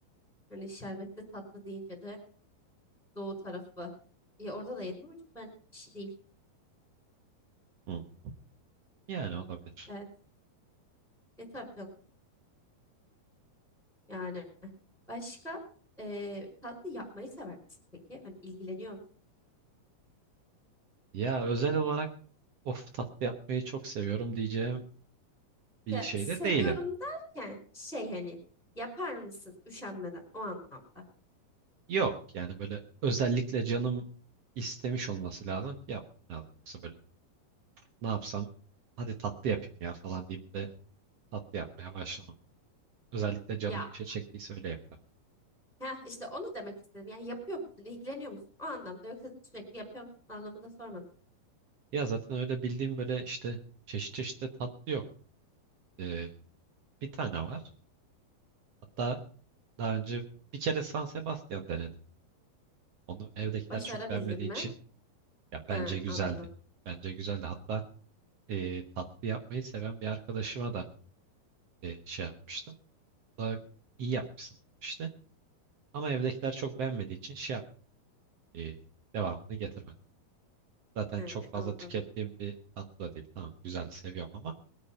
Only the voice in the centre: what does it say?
hani şerbetli tatlı deyince de doğu tarafı. Ya orada da yedim ama çok ben kişi değil.
Evet. E tabii canım. Yani başka e, tatlı yapmayı sever misin peki? Hani ilgileniyor musun?
Ya
seviyorum
derken şey hani yapar mısın üşenmeden o anlamda.
Ya
Ha işte onu demek istedim. Yani yapıyor musun? ilgileniyor musun? O anlamda yoksa sürekli yapıyor musun anlamında sormadım.
Başarabildin
mi?
Ha
anladım.
Hı.
He,
anladım.